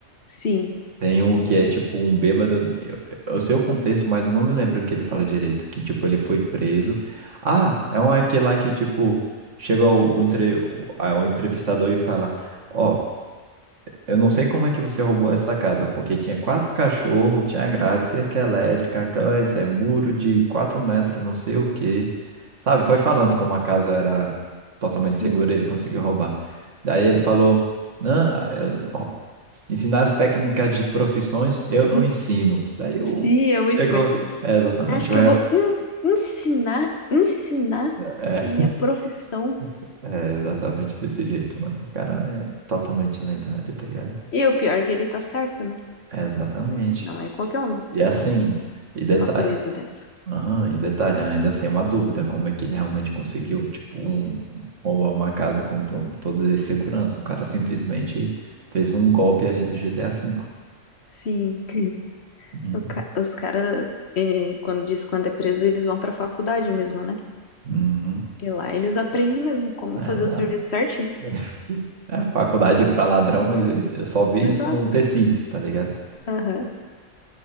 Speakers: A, on the left; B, on the right.
A: Sim,
B: Tem um que é tipo um bêbado. Eu, eu sei o contexto, mas eu não me lembro o que ele fala direito. Que tipo, ele foi preso. Ah, é um aquele lá que tipo, chega o, o, entre, o, a- o entrevistador e fala: Ó, eu não sei como é que você roubou essa casa, porque tinha quatro cachorros, tinha grade, cerca elétrica, cães, é muro de quatro metros, não sei o quê. Sabe, foi falando como a casa era totalmente
A: sim.
B: segura, ele conseguiu roubar. Daí ele falou, não, eu, ó, ensinar as técnicas de profissões eu
A: <laughs>
B: não ensino. Daí eu,
A: Sim, é muito
B: chegou,
A: bom esse filme.
B: é exatamente,
A: Você acha que
B: o rep...
A: eu vou en- ensinar, ensinar
B: é,
A: a minha profissão?
B: <laughs> é exatamente desse jeito, mano. O cara é totalmente lendário, tá ligado?
A: E o pior é que ele tá certo, né?
B: É exatamente.
A: Não é qualquer um que
B: E
A: faz
B: é assim,
A: um-
B: e detalhe,
A: uma proeza dessa.
B: aham, e detalhe, ainda assim é uma dúvida como é que ele realmente conseguiu, tipo, um, um- roubar uma casa com to- toda a segurança. O cara simplesmente fez um golpe ali do GTA V.
A: Sim. <laughs>
B: Uhum.
A: O ca- os caras, quando diz quando é preso, eles vão pra faculdade mesmo, né?
B: Uhum.
A: E lá eles aprendem mesmo como
B: É,
A: fazer
B: lá-
A: o serviço certinho.
B: <laughs> é, faculdade pra ladrão, eu eu só vi
A: Exato.
B: isso no The Sims, tá ligado?
A: Aham.